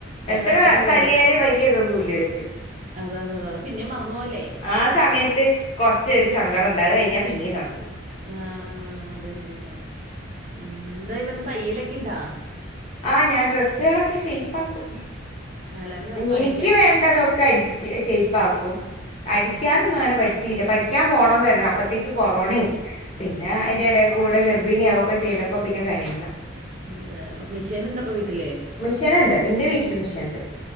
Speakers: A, on the left; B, on the right.
A: എത്ര
B: അത് അത്രേ ഉള്ളൂലോ
A: തല്ലിയാലും വലിയതൊന്നുമല്ല അവർക്ക്
B: അതെ അതെത അതത് പിന്നെ മറന്നപ പോല്ലേ
A: ആഹ സമയത്ത് ത്ത് കുറച്ചൊ ഒരു സങ്കടം ഉണ്ടാക കഴിഞ്ഞാൽ പിന്നേ തുടങ്ങി
B: ആ അതന്നെ ഉ എന്താ പിന്നെ തയ്യലൊക്കെ ഉണ്ടോ
A: ആ ഞാൻ ഡ്രെസ്സുകളൊക്കെ ഷെയ്പ് ആക്കും
B: അല്ലാണ്ട് വേറെ തയ്ക്കാ
A: എനിക്ക് വേണ്ടതൊക്കെ അടിച്ച് ഷേയ്പ ആക്കും അഠിക്കാനൊന്നും അങ്ങനെ പഠിച്ചില്ല പഠിക്കാൻ പോകണംന്ന് തരണം അപ്പഴത്തേക്ക് കൊറോണയും പിന്നെ അതിന്റെ ഇട കൂടെ ഗർഭിണിയ ആവൊക്കെ ചെയ്തപ്പോ പിന്നെ കഴിഞ്ഞില്ല
B: അതെ, അപ്പ മിഷെനിണ്ടപ്പ വീട്ടില്
A: മിഷീൻ ഇണ്ട്, ഇന്റെ വീട്ടില് മിഷീൻ ഇണ്ട്